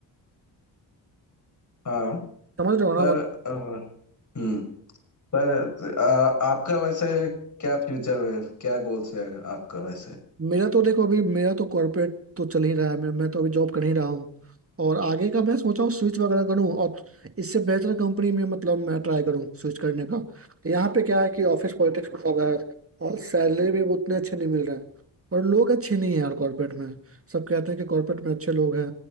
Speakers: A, on the left; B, on the right.
A: हाँ
B: समझ रहे हो ना
A: पर अ, हम्म पर अ, आपका वैसे क्या फ्यूचर है क्या गोल्स है आपका वैसे
B: मेरा तो देखो अभी मेरा तो कॉर्पोरेट तो चल ही रहा है मैं, मैं तो अभी जॉब कर ही रहा हूँ और आगे का मैं सोचा हूँ स्विच वगैरह करूँ और इससे बेहतर कंपनी में मतलब मैं ट्राई करूँ स्विच करने का यहाँ पे क्या है कि ऑफिस पॉलिटिक्स बहुत ज्यादा है और सैलरी भी उतने अच्छे नहीं मिल रहे हैं और लोग अच्छे नहीं हैं यार कॉर्पोरेट में सब कहते हैं कि कॉर्पोरेट में अच्छे लोग हैं